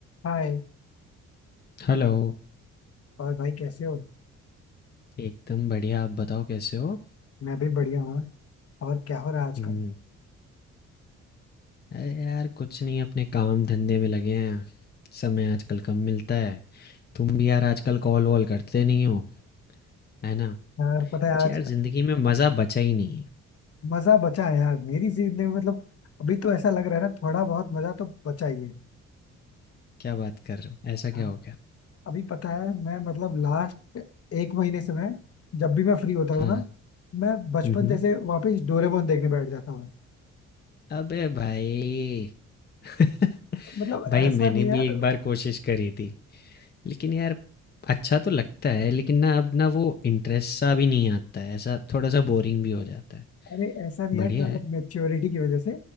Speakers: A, on the left; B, on the left.
A: हाय
B: Hello!
A: और भाई कैसे हो
B: एकदम बढ़िया, आप बताओ कैसे हो?
A: मैं भी बढ़िया हूँ और क्या हो रहा है आजकल
B: हुँ, अरे यार कुछ नहीं अपने काम-धंधे में लगे हैं। समय आजकल कम मिलता है। तुम भी यार आजकल कॉल-वॉल करते नहीं हो, है ना?
A: यार पता है
B: कुछ
A: आजकल
B: यार ज़िंदगी में मज़ा बचा ही नहीं है।
A: मजा बचा है यार मेरी जिंदगी में मतलब अभी तो ऐसा लग रहा है ना थोड़ा बहुत मजा तो बचा ही है
B: क्या बात कर रहे हो? ऐसा
A: हाँ,
B: क्या हो गया?
A: अभी पता है मैं मतलब लास्ट एक महीने से मैं जब भी मैं फ्री होता हूँ
B: हाँ,
A: ना मैं बचपन
B: हुँ, हुँ।
A: जैसे वापस डोरेमोन देखने बैठ जाता हूँ
B: अबे भाई! <laughs>
A: मतलब
B: भाई
A: ऐसा
B: मैंने
A: नहीं यार
B: भी एक बार कोशिश करी थी, लेकिन यार अच्छा तो लगता है लेकिन ना अब ना वो इंटरेस्ट सा भी नहीं आता है, ऐसा थोड़ा-सा बोरिंग भी हो जाता है।
A: अरे ऐसा नहीं यार
B: बढ़िया
A: कि मतलब
B: है।
A: मेच्योरिटी की वजह से